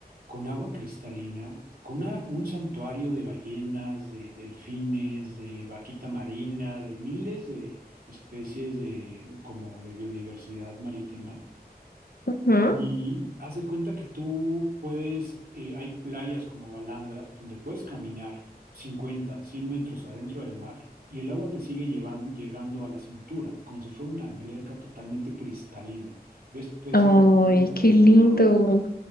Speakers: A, on the right (about 65°); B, on the left (about 65°).
A: con agua cristalina, con una- un santuario de ballenas, de delfines, de vaquita marina, de miles de especies de, como de biodiversidad marítima.
B: Ujú.
A: Y haz de cuenta que tú puedes, eh, hay playas como Balandra, donde puedes caminar 50, 100 metros adentro del mar y el agua te sigue llevan- llegando a la cintura, como si fuera una alberca totalmente cristalina. Ves peces
B: Ay,
A: de todos
B: qué
A: los
B: lindo.
A: colores.